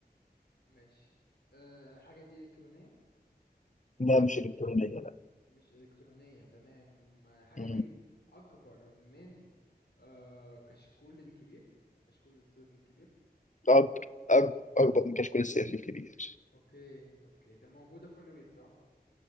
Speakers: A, on the left (about 80°); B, on the left (about 45°).
A: ماشي أه الحاجه دي الكترونيه
B: لا مش إلكترونية لا
A: م- مش الكترونيه تمام الحاجه
B: مم.
A: دي اكبر من أه كشكول الكبير كشكول السلك الكبير
B: أك... أك... اكبر من كشكول السيف الكبير
A: اوكي اوكي طب موجوده في كل بيت صح